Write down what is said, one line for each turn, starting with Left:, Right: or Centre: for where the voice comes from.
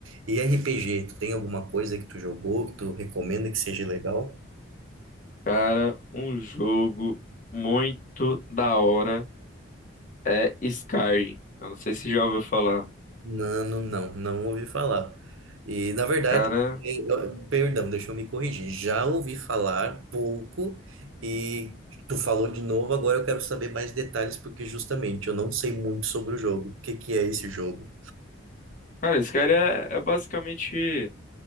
Right: E RPG, tu tem alguma coisa que tu jogou, que tu recomenda que seja legal?
Left: Cara, um jogo muito da hora é Skyrim. Eu não sei se já ouviu falar.
Right: Nano, não, não ouvi falar. E, na verdade,
Left: Cara,
Right: eh, eu- perdão, deixa eu me corrigir. Já ouvi falar pouco e tu falou de novo, agora eu quero saber mais detalhes, porque justamente eu não sei muito sobre o jogo. O que que é esse jogo?
Left: cara, Skyrim é, é basicamente